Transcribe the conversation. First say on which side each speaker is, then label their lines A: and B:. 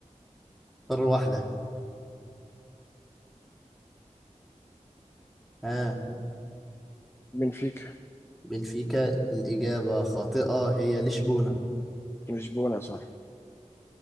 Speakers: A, in the centre; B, on the left.
A: قارة واحدة ها
B: بنفيكا
A: بنفيكا الإجابة خاطئة هي لشبونة
B: لشبونة صح